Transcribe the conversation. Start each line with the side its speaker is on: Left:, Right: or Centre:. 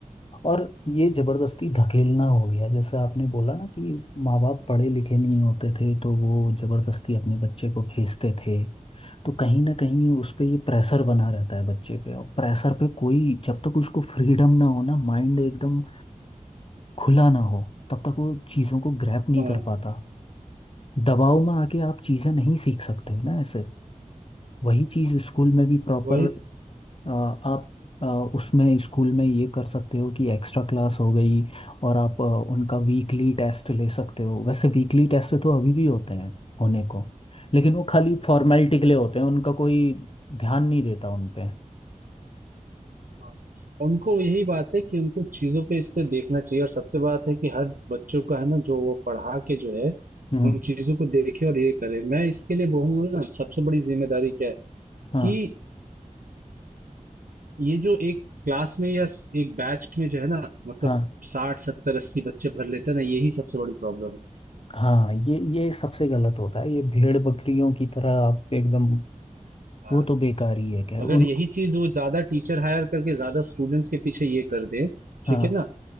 Left: और ये जबरदस्ती धकेलना हो गया जैसे आपने बोला ना कि माँ बाप पढ़े लिखे नहीं होते थे तो वो जबरदस्ती अपने बच्चे को भेजते थे तो कहीं ना कहीं उस पे ये प्रेशर बना रहता है बच्चे पे और प्रेशर पे कोई जब तक उसको फ्रीडम ना हो ना माइंड एकदम खुला ना हो तब तक वो चीज़ों को ग्रैप नहीं
Right: हाँ
Left: कर पाता दबाव में आके आप चीज़ें नहीं सीख सकते ना ऐसे वही चीज़ स्कूल में भी प्रॉपर
Right: वही
Left: अ, आप अ, उसमें स्कूल में ये कर सकते हो कि एक्स्ट्रा क्लास हो गई और आप अ, उनका वीकली टेस्ट ले सकते हो वैसे वीकली टेस्ट तो अभी भी होते हैं होने को लेकिन वो खाली फॉर्मेलिटी के लिए होते हैं उनका कोई ध्यान नहीं देता उन पे
Right: हाँ। उनको यही बात है कि उनको चीजों पे इस पे देखना चाहिए और सबसे बात है कि हर बच्चों का है ना जो वो पढ़ा के जो है
Left: हम्म
Right: उन चीजों को देखे और ये करे मैं इसके लिए बोलूंगा ना सबसे बड़ी जिम्मेदारी क्या है
Left: हाँ
Right: कि ये जो एक क्लास में या एक बैच में जो है ना मतलब
Left: हाँ
Right: साठ सत्तर अस्सी बच्चे भर लेते हैं ना यही सबसे बड़ी प्रॉब्लम है।
Left: हाँ ये ये सबसे गलत होता है ये भेड़ बकरियों की तरह आप एकदम
Right: हाँ
Left: वो तो बेकार ही है खैर
Right: अगर
Left: उन
Right: यही चीज वो ज्यादा टीचर हायर करके ज्यादा स्टूडेंट्स के पीछे ये कर दे
Left: हाँ
Right: ठीक है ना